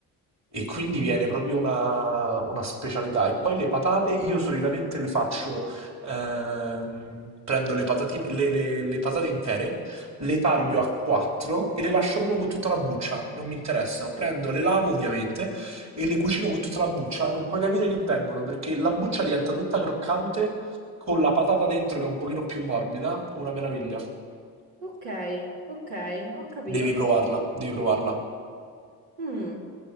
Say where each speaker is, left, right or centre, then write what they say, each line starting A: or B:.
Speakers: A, on the right; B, on the right.
A: e quindi viene proprio una, una specialità. E poi le patate, io solitamente le faccio, ehm, prendo le patatine, le, le- le patate intere, le taglio
B: Ah,
A: a quattro e le lascio proprio con tutta la buccia, non mi interessa. Prendo, le lavo ovviamente e le cucino con tutta la buccia. Non puoi capire che vengono perché la buccia diventa tutta croccante con la patata dentro che è un pochino più morbida, una meraviglia.
B: ok, ok, ho capito.
A: Devi provarla, devi provarla.
B: Mm.